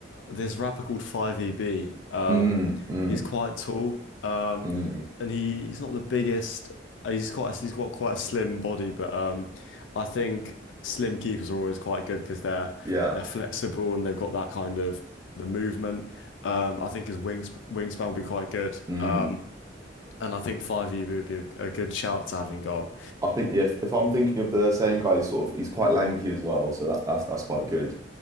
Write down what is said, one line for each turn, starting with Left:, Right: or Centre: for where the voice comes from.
Left: this rapper called 5EB, um,
Right: Mm, mm,
Left: he's quite tall, um,
Right: mm,
Left: and he, he's not the biggest. uh, He's quite, he's got quite a slim body, but um, I think slim keepers are always quite good because they're
Right: yeah.
Left: they're flexible and they've got that kind of the movement. Um, I think his wings wingspan will be quite good,
Right: Mm.
Left: um, and I think 5EB would be a, a good shout to having goal.
Right: I think yeah, if if I'm thinking of the same guy, he's sort of he's quite lanky as well, so that, that's that's quite good.